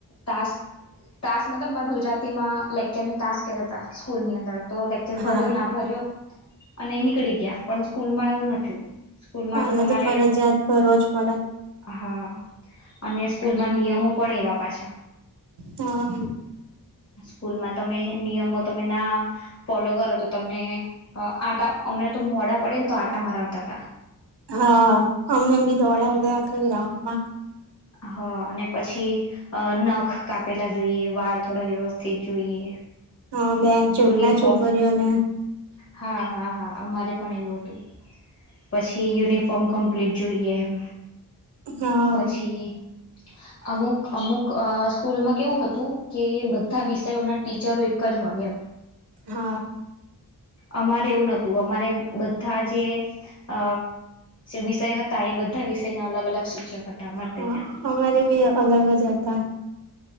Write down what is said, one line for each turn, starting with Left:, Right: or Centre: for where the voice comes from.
Left: તાસ તાસ મતલબ માર ગુજરાતીમાં લાઈક જેને તાસ કહેવાતા સ્કૂલની અંદર તો લેક્ચર ભર્યો
Right: હા
Left: ના ભર્યો અને નીકળી ગ્યા પણ સ્કૂલમાં એવું નથી. સ્કૂલમાં
Right: અમને
Left: તમારે
Right: તો ફરજીયાત ભરવો જ પડે.
Left: હા અને સ્કૂલમાં નિયમો પણ એવા પાછા
Right: હા
Left: સ્કૂલમાં તમે નિયમો તમે ના ફોલો કરો, તો તમને આટા અમને તો મોડા પડે ને તો આટા મરાવતા હતાા,
Right: હા, અમનેમ બી દોડાા આખા ગ્રાઉન્ડમાં
Left: હ અને પછી નખ કાપેલા જોઈએ વાળ થોડા વ્યવસ્થિત જોઈએ,
Right: હા બે ચોટલા
Left: યુનિફોર્મ
Right: છોકરીઓને
Left: હા હા હા અમારે પણ એવું હતું પછી, યુનિફોર્મ કમ્પ્લીટ જોઈએ એમ
Right: હા
Left: પછી અમુક અમુક અ સ્કૂલમાં કેવું હતું, કે બધા વિષયોના ટીચરો જ હોય એમ
Right: હા
Left: અમારે એવું નતું અમારે બધા જે અ વિષય હતા એ બધા વિષયના અલગ અલગ શિક્ષક હતા અમારે ત્યાં
Right: હા અમારે ભી અલગ હો જતા